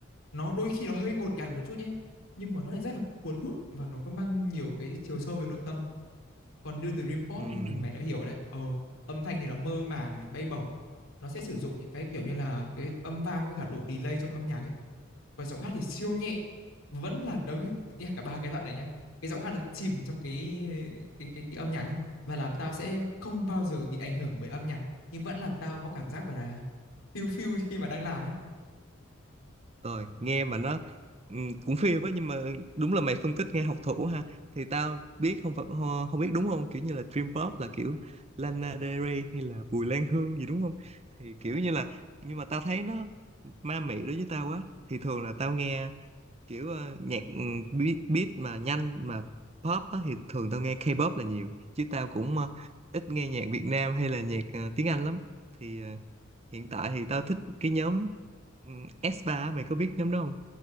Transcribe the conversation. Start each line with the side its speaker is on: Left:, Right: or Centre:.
Left: Nó đôi khi nó hơi ngột ngạt một chút nhé. Nhưng mà nó lại rất là cuốn hút và nó có mang nhiều cái chiều sâu về nội tâm. Còn như Dream Pop
Right: ừ
Left: như thì mày đã hiểu đấy. Ờ, âm thanh thì nó mơ màng này, bay bổng. Nó sẽ sử dụng những cái kiểu như là cái âm vang với cả độ delay trong âm nhạc ấy. Còn giọng hát thì siêu nhẹ. Vẫn là giống như nghe cả ba cái loại này nhá. Cái giọng hát nó chìm trong cái cái cái, cái âm nhạc ấy. Và làm tao sẽ không bao giờ bị ảnh hưởng bởi âm nhạc. Nhưng vẫn làm tao có cảm giác gọi là phiêu phiêu khi mà đang làm ấy
Right: rồi nghe mà nó ừm, cũng phê quá nhưng mà đúng là mày phân tích nghe học thủ ha thì tao biết không phải ho- không biết đúng không kiểu như là Dream Pop là kiểu Lana Del Rey hay là Bùi Lan Hương gì đúng không thì kiểu như là nhưng mà tao thấy nó ma mị đối với tao quá thì thường là tao nghe kiểu ờ, nhạc ừm, beat, beat mà nhanh mà pop á, thì thường tao nghe K-pop là nhiều chứ tao cũng ờ, ít nghe nhạc Việt Nam hay là nhạc ờ, tiếng Anh lắm thì ờ, hiện tại thì tao thích cái nhóm ừm, S3 á, mày có biết nhóm đó không